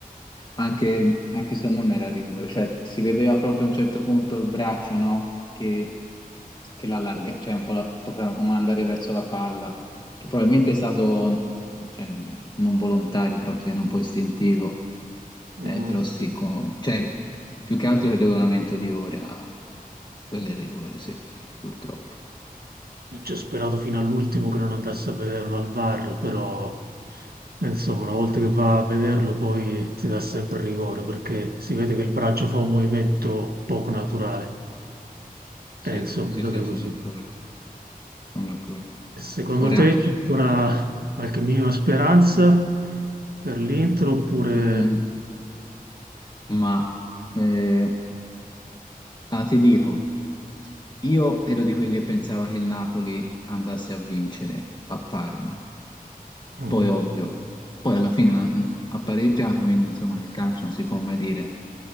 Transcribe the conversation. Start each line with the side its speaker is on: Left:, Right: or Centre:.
Left: anche, anche se non era rigore, cioè, si vedeva proprio a un certo punto il braccio, no? Che, che l'allarga, cioè un po' la, proprio come andare verso la palla, che probabilmente è stato, cioè, non volontario, però tiene un po' istintivo,
Right: Mm,
Left: eh, però sì,
Right: sì.
Left: con- cioè, più che altro il regolamento di ora, quello è il rigore, sì, purtroppo.
Right: Ci ho sperato fino all'ultimo che non andasse a vederlo al VAR, però insomma, una volta che va a vederlo poi ti dà sempre rigore perché si vede che il braccio fa un movimento poco naturale.
Left: Sì,
Right: E insomma,
Left: sì,
Right: è andata
Left: sì,
Right: così.
Left: sono d'accordo, sono d'accordo.
Right: Secondo
Left: Ora,
Right: te c'è ancora qualche minima speranza per l'Inter oppure...
Left: mm, Ma eh, ah, ti dico, io ero di quelli che pensava che il Napoli andasse a vincere a Parma,
Right: Mhm.
Left: poi ovvio, poi alla fine non- ha pareggiato, quindi insomma nel calcio non si può mai dire.